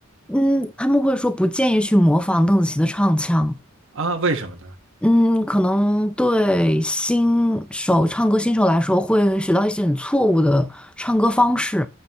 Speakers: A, in the centre; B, on the right (about 60°).
A: 嗯，他们会说不建议去模仿邓紫棋的唱腔。
B: 啊？为什么呢？
A: 嗯，可能对新手唱歌新手来说，会学到一些很错误的唱歌方式，